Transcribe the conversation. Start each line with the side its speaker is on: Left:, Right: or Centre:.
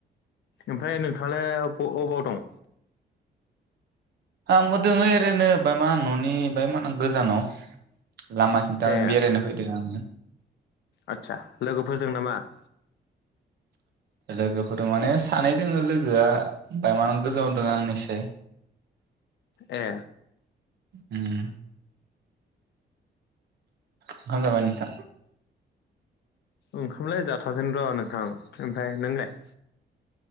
Left: ओमफ्राय नोंथाङालाय। अ अ अबाव दं।
Right: आंबो दोङो ओरैनो बाय मा न'नि बाय मा होनो गोजानाव। लामाखिनि थारमाने
Left: हे
Right: बेरायनो फैदों आङो
Left: आदसा लोगोफोरजों नामा। <inaudible>
Right: लोगोफोर माने सानै दोङो लोगोआ बाय मान गोजाव द आंनिसाय।
Left: ए।
Right: उम। ओंखाम जाबाय नोंथां।
Left: ओंखामलाय जाथाराथों र' नोंथां ओमफ्राय नोंलाय।